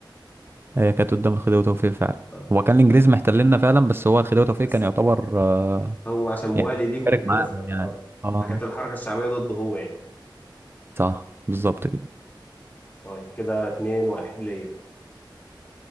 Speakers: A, on the right (about 30°); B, on the left (about 20°).
A: هي كانت قدام الخديوي توفيق فعلا
B: اه
A: هو كان الانجليز محتليننا فعلا بس هو الخديوي توفيق
B: بس
A: كان يعتبر آه،
B: هو عشان موالي
A: يعني
B: ليهم
A: فارق
B: وكده
A: معاهم
B: ف اه
A: يعني اه
B: فكانت الحركه الشعبيه ضده هو يعني
A: صح بالظبط كده
B: طيب كده اتنين واحد ليا